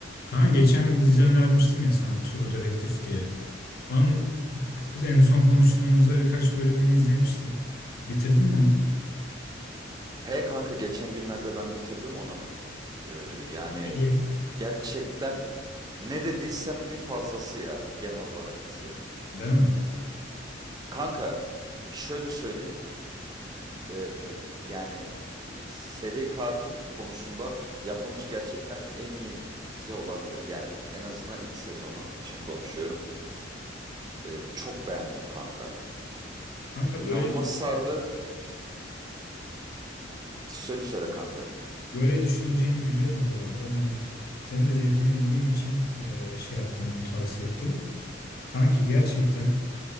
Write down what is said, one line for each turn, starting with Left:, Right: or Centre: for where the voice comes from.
Left: Kanka geçen bir dizi önermiştim ya sana True Detective diye. Onun en son konuştuğumuzda birkaç bölümünü izlemiştin. Bitirdin mi onu?
Right: He kanka geçen günlerde ben bitirdim onu. Ee, yani
Left: Ne diyelim?
Right: gerçekten ne dediysem bir fazlası ya genel olarak dizi.
Left: Değil mi?
Right: Kanka şöyle söyleyeyim ee, yani e, seri katil konusunda yapılmış gerçekten en iyi dizi olabilir. Yani en azından ilk sezonu için konuşuyorum. Ee, çok beğendim kanka.
Left: Kanka
Right: İnanılmaz
Left: böyle düş-
Right: sardı. Söyle söyle kanka.
Left: böyle düşüneceğini biliyordum bu arada. Hani senin de zevkini bildiğim için e, şey yaptım onu tavsiye ettim. Kanki gerçekten